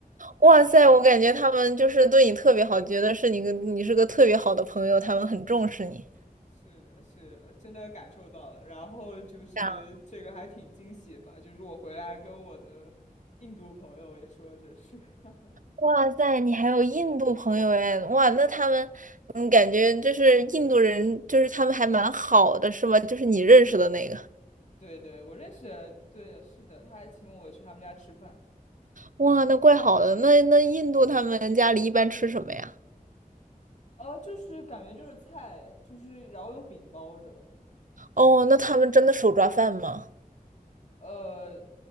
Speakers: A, on the right; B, on the left.
A: 哇塞，我感觉他们就是对你特别好，觉得是你个你是个特别好的朋友，他们很重视你。
B: 是的，是的，真的感受到了。然后就是这个还挺惊喜吧，
A: 这样
B: 就是我回来跟我的印度朋友也说这事。<laughs>
A: 哇塞，你还有印度朋友哎，哇，那他们，嗯，感觉就是印度人，就是他们还蛮好的，是吗？就是你认识的那个，
B: 对对，我认识的对的是的，他还请我去他们家吃饭。
A: 哇，那怪好的。那那印度他们家里一般吃什么呀？
B: 呃，就是感觉就是菜，就是然后用饼包着。
A: 哦，那他们真的手抓饭吗？
B: 呃，